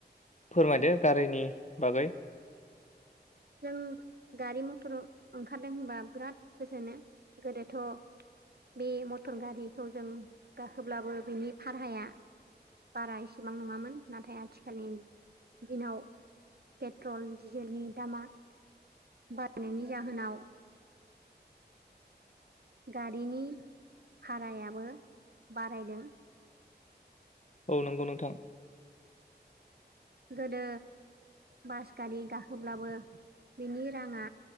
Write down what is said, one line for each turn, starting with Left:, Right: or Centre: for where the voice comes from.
Left: फोरमायदो गारिनि बागै <unintelligible>
Right: जों गारि मथर ओंखारदों होनबा बिराद गोजोनो गोदोथ' बे मटर गारिखौ जों गाखोब्लाबो बिनि फारहाया बारा इसेबां नङामोन नाथाय आथिखालनि दिनाव पेट्रल डिजेलनि दामा बारायनायनि जाहोनाव गारिनि भारायाबो बारायदों
Left: औ नंगौ नंगौ
Right: गोदो बास गारि गाखोब्लाबो बेनि राङा